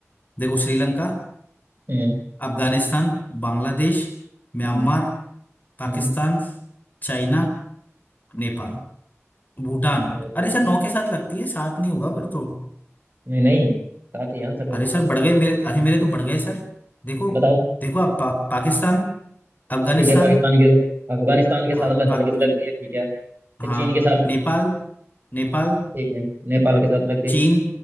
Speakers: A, on the left; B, on the right.
A: देखो श्रीलंका
B: हम्म
A: अफगानिस्तान बांग्लादेश म्यांमार
B: हम्म
A: पाकिस्तान
B: हम्म
A: चाइना नेपाल
B: हम्म,
A: भूटान
B: बहुत बढ़िया
A: अरे सर नौ के साथ लगती है सात नहीं होगा फिर तो
B: नहीं नहीं साथ ही आंसर सर
A: अरे
B: इसका
A: सर बढ़ गए मेरे अरे मेरे तो बढ़ गए सर देखो
B: बताओ
A: देखो आप पा, पाकिस्तान अफगानिस्तान
B: ठीक है पाकिस्तान के अफगानिस्तान के
A: हाँ
B: साथ में
A: पाक
B: हल्की सी लगती है ठीक है फिर
A: हाँ
B: चीन के साथ
A: नेपाल नेपाल
B: ठीक है नेपाल के साथ लग गई
A: चीन